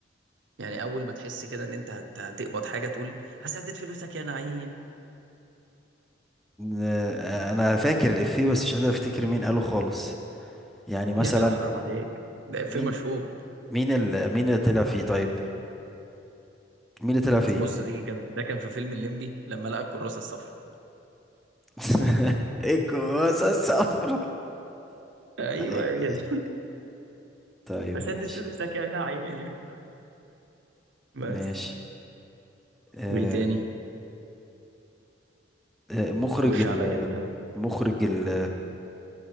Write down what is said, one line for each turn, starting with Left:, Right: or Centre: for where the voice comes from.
Right: يعني اول ما تحس كده ان انت هت- هتقبض حاجه تقول هسدد فلوسك يا نعيم
Centre: آه... انا فاكر الإفيه بس مش قادر افتكر مين قاله خالص يعني مثلا
Right: يا جدع حرام عليك ده في
Centre: مين
Right: مشهور
Centre: مين ال... مين اللي طلع فيه طيب مين اللي طلع فيه
Right: بص دي كان ده كان في فيلم الليمبي لما لقى الكراسه الصفراء
Centre: <laughs> ايه الكراسة الصفرا
Right: ايوه
Centre: ايوه
Right: هي
Centre: ايوه
Right: دي
Centre: طيب
Right: هسدد
Centre: ماشي
Right: فلوسك يا نعيم بس
Centre: ماشي آه...
Right: وايه تاني
Centre: آه... مخرج
Right: خش
Centre: ال...
Right: عليا انت
Centre: مخرج ال...